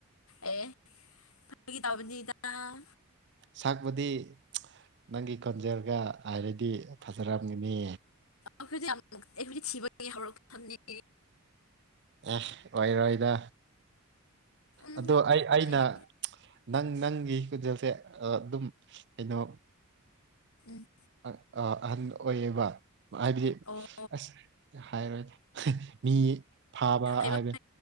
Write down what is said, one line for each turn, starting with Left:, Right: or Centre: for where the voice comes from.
Left: ꯑꯦ ꯐꯥꯒꯤ ꯇꯧꯕꯅꯤꯗ ꯑꯥ
Right: ꯁꯛꯄꯨꯗꯤ ꯅꯪꯒꯤ ꯈꯣꯟꯖꯦꯜꯒ ꯍꯥꯏꯔꯗꯤ ꯐꯖꯔꯝꯒꯅꯤ
Left: ꯑꯈꯣꯏꯗꯤ ꯌꯥꯝ ꯑꯩꯈꯣꯏꯗꯤ ꯊꯤꯕꯒꯤ ꯍꯧꯔꯛꯐꯝꯅꯤ
Right: ꯑꯦ ꯑꯣꯏꯔꯣꯏꯗ
Left: ꯎꯝ
Right: ꯑꯗꯣ ꯑꯩ ꯑꯩꯅ
Left: ꯑꯩꯗꯤ
Right: ꯅꯪ ꯅꯪꯒꯤ ꯈꯣꯟꯖꯦꯜꯁꯦ ꯑꯗꯨꯝ ꯀꯩꯅꯣ
Left: ꯎꯝ
Right: ꯑ ꯑꯍꯟ ꯑꯣꯏꯌꯦꯕ ꯍꯥꯏꯕꯗꯤ
Left: ꯑꯣ
Right: ꯑꯁ ꯍꯥꯏꯔꯣꯏꯗ ꯃꯤ ꯐꯥꯕ
Left: ꯍꯩꯕ
Right: ꯍꯥꯏꯕ